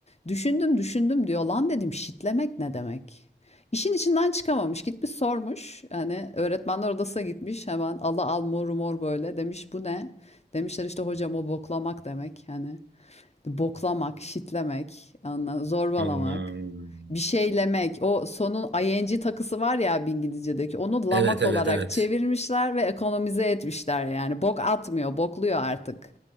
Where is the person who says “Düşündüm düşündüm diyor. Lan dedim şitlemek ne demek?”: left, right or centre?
Left